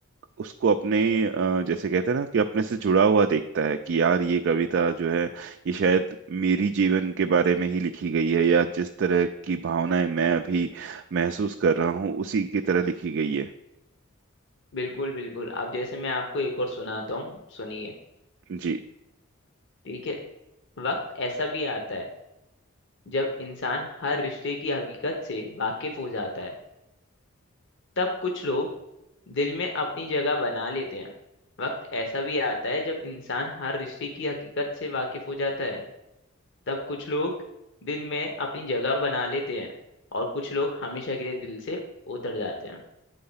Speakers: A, on the right; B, on the left.
A: उसको अपने अ, जैसे कहते हैं ना कि अपने से जुड़ा हुआ देखता है कि यार ये कविता जो है ये शायद मेरी जीवन के बारे में ही लिखी गई है या जिस तरह की भावनाएं मैं अभी महसूस कर रहा हूँ उसी की तरह लिखी गई है
B: बिल्कुल बिल्कुल अब जैसे मैं आपको एक और सुनाता हूँ सुनिए
A: जी
B: ठीक है वक्त ऐसा भी आता है जब इंसान हर रिश्ते की हकीकत से वाकिफ हो जाता है तब कुछ लोग दिल में अपनी जगह बना लेते हैं वक्त ऐसा भी आता है जब इंसान हर रिश्ते की हकीकत से वाकिफ हो जाता है तब कुछ लोग दिल में अपनी जगह बना लेते हैं और कुछ लोग हमेशा के लिए दिल से उतर जाते हैं